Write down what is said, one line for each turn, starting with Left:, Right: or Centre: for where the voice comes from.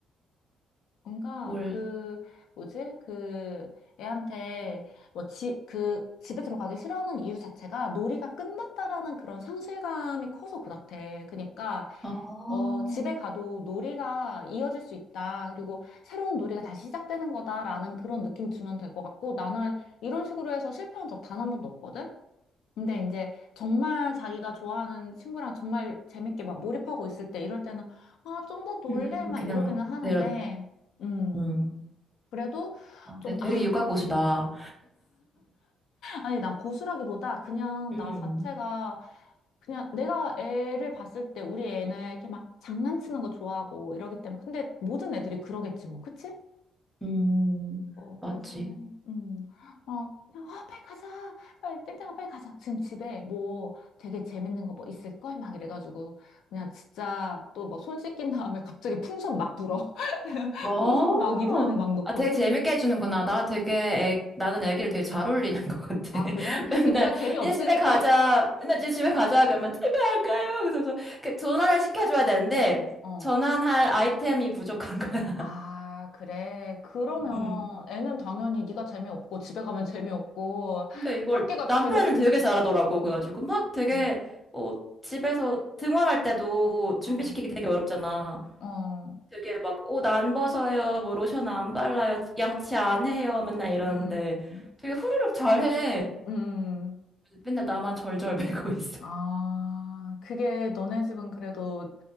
Left: 뭔가
Centre: 뭘,
Left: 그 뭐지? 그 애한테 뭐 지 그 집에 들어가기 싫어하는 이유 자체가 놀이가 끝났다라는 그런 상실감이 커서 그렇대. 그러니까
Centre: 아,
Left: 어 집에 가도 놀이가 이어질 수 있다. 그리고 새로운 놀이가 다시 시작되는 거다라는 그런 느낌 주면 될 것 같고 나는 이런 식으로 해서 실패한 적 단 한 번도 없거든. 근데 이제 정말 자기가 좋아하는 친구랑 정말 재밌게 막 몰입하고 있을 때 이럴 때는 아, 좀 더 놀래
Centre: 음,
Left: 막
Centre: 그냥,
Left: 이러기는 하는데
Centre: 내려,
Left: 음.
Centre: 음,
Left: 그래도
Centre: 아, 근데
Left: 좀
Centre: 되게
Left: 아,
Centre: 육아 고수다.
Left: 아니 난 고수라기보다 그냥
Centre: 음,
Left: 나 자체가 그냥 내가 애를 봤을 때 우리 애는 이렇게 막 장난치는 거 좋아하고 이러기 때문에 근데 모든 애들이 그러겠지 뭐. 그치?
Centre: 음,
Left: 어,
Centre: 맞지.
Left: 그래서, 음, 막, 그냥, 아, 빨리 가자. 빨리, 땡땡아, 빨리 가자. 지금 집에 뭐 되게 재밌는 거 뭐 있을걸? 막 이래가지고, 그냥 진짜 또 뭐 손 씻긴 다음에 갑자기 풍선 막 불어. <laughs>
Centre: 어,
Left: 풍선 막 이불 안에 막 넣고.
Centre: 아, 되게 재밌게 해주는구나. 나 되게, 애, 나는 애기를 되게 잘 어울리는 것 같아.
Left: 아, 그래?
Centre: <laughs> 맨날,
Left: 아, 네가 재미없으니까.
Centre: 이제 집에 가자. 맨날 이제 집에 가자. 그러면 집에 안 가요. 그래서, 그 전환을 시켜줘야 되는데,
Left: 어.
Centre: 전환할 아이템이 부족한 거야.
Left: 아, 그래. 그러면
Centre: 음.
Left: 애는 당연히 네가 재미없고, 집에 가면 재미없고,
Centre: 근데 이걸
Left: 밖에가
Centre: 남편은
Left: 재밌으니까.
Centre: 되게 잘하더라고. 그래가지고 막 되게
Left: 어,
Centre: 어, 집에서 등원할 때도 준비시키기
Left: 어,
Centre: 되게 어렵잖아.
Left: 어,
Centre: 되게 막 옷 안 벗어요, 뭐 로션 안 발라요, 양치 안 해요, 맨날 이러는데
Left: 음, 음,
Centre: 되게 후루룩 잘해.
Left: 음.
Centre: 맨날 나만 절절매고 <laughs> 있어.
Left: 아, 그게 너네 집은 그래도,